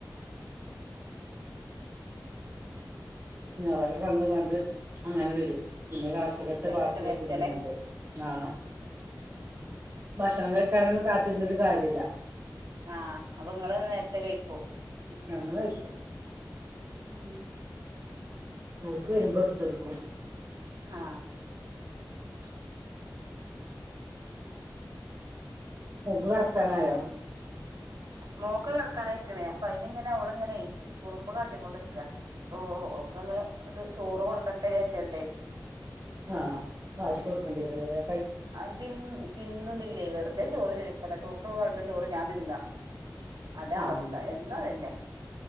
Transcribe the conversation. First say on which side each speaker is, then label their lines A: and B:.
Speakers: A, on the right; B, on the right.
A: ഉം
B: തൊക്കെ കണ്ട കണ്ട് അങ്ങനെ വരും പിന്നെ കാത്തികത്തെ
A: അത് കഴിഞ്ഞിട്ട്
B: ബാക്കി വിടുന്നണ്ട്
A: വരട്ടല്ലേ
B: ആ ഭക്ഷണം കഴക്കറൊന്ന് കാ രന്നിട്ട് കാര്യില്ല
A: ആഹ് അപ്പൊ നിങ്ങള്െ നേരത്തെ കഴിക്കോ
B: ഞങ്ങാഴശു
A: ഉം
B: ൂട്ട വരുമ്പോ എടുത്ത്ടുക്കും
A: ആ
B: ഉം എ വർത്താനായോ
A: മോക്ക് കിടക്കാനൻായിക്കണേ അപ്പൊ അയിനി ഇങ്ങനെ അവള ഇങ്ങനെയ കുറുമ്പ് കാട്ടിക്കൊണ്ട്ിക്ക അപ്പൊ ക്കന്ന് ഇത് ചോറ് കൊടുക്കട്ടെ വിചരിച്ചണ്ടേ
B: ആഹ കണ്ട രല്ല
A: ആതിന്ന തിന്നുന്നില്ലേ വെറുതെ ചോറ് ചോദിക്കുന്ന ടോക്കള കുമമ്പോ ചോറ് ഞാൻ തിന്നാ അത
B: ആഹ്
A: അവസ്ഥ എന്നും അതന്നെ